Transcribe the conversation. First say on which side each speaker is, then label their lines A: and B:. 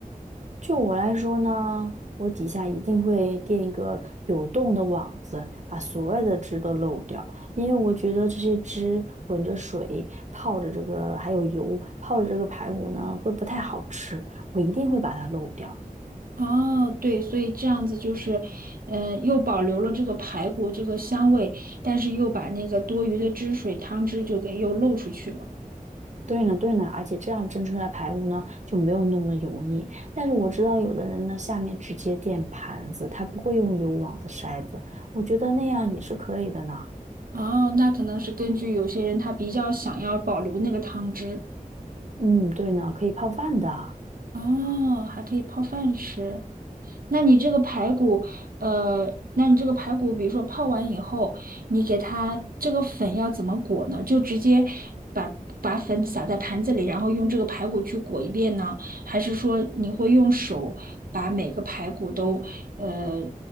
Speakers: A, on the right (about 55°); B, on the right (about 80°).
A: 就我来说呢，我底下一定会垫一个有洞的网子，把所有的汁都漏掉，因为我觉得这些汁混着水泡着这个还有油泡着这个排骨呢，会不太好吃，我一定会把它漏掉。
B: 哦，对，所以这样子就是，嗯、又保留了这个排骨这个香味，但是又把那个多余的汁水汤汁就给又漏出去了。
A: 对呢，对呢，而且这样蒸出来的排骨呢就没有那么油腻。但是我知道有的人呢下面直接垫盘子，他不会用有网的筛子，我觉得那样也是可以的呢。
B: 哦，那可能是根据有些人他比较想要保留那个汤汁。
A: 嗯，对呢，可以泡饭的。
B: 哦，还可以泡饭吃。那你这个排骨，呃，那你这个排骨，比如说泡完以后，你给它这个粉要怎么裹呢？就直接把把粉撒在盘子里，然后用这个排骨去裹一遍呢？还是说你会用手把每个排骨都，呃，